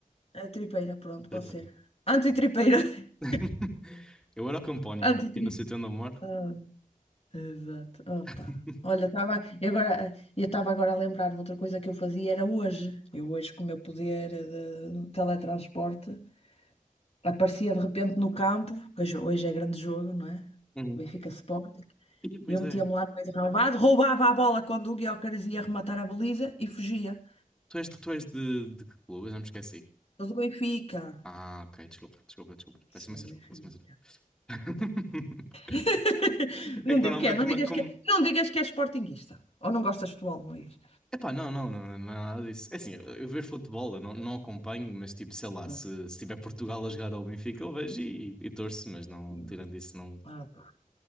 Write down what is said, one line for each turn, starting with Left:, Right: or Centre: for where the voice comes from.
Left: É tripeira, pronto,
Centre: Tripeira.
Left: pode ser. Antitripeira.
Centre: pronto.
Left: <laughs>
Centre: <laughs> Eu era o campónio,
Left: Antitripa.
Centre: aqui no sítio onde eu moro.
Left: Ah, exato. Opa.
Centre: <laughs>
Left: Olha, estava. E agora, eu estava agora a lembrar-me outra coisa que eu fazia era hoje. Eu hoje, com o meu poder de teletransporte. aparecia de repente no campo, que hoje hoje é grande jogo, não é?
Centre: Uhum.
Left: Benfica Sporting.
Centre: Ih, pois
Left: E eu metia-me
Centre: é.
Left: lá no meio do relvado, roubava a bola quando o Gyökeres ia rematar a baliza e fugia.
Centre: Tu és, tu és de, de que clube? Eu já me esqueci.
Left: Sou do Benfica.
Centre: Ah, ok. Desculpa, desculpa, desculpa.
Left: Sou
Centre: Peço imensa
Left: do
Centre: desculpa,
Left: Benfica.
Centre: peço imensa desculpa. <laughs>
Left: <laughs>
Centre: É
Left: Não
Centre: que
Left: deu,
Centre: normalmente
Left: o que é? Não
Centre: como...
Left: digas
Centre: como...
Left: que, é, não digas que és sportinguista. Ou não gostas de futebol, Luís?
Centre: Epá, não, não, não, não é nada disso. É assim, eu, eu vejo futebol, eu não, não acompanho, mas tipo, sei lá,
Left: Não,
Centre: se, se tiver Portugal a jogar ao Benfica, eu vejo e, e torço, mas não,
Left: não
Centre: tirando
Left: gosto.
Centre: isso, não,
Left: Ah, pá.